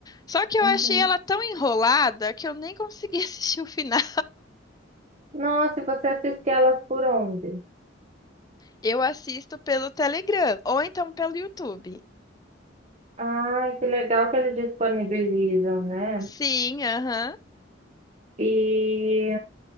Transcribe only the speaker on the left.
Só que eu
achei ela tão enrolada que eu nem consegui <laughs> assistir o final.
Eu assisto pelo Telegram, ou então pelo YouTube.
Sim, aham.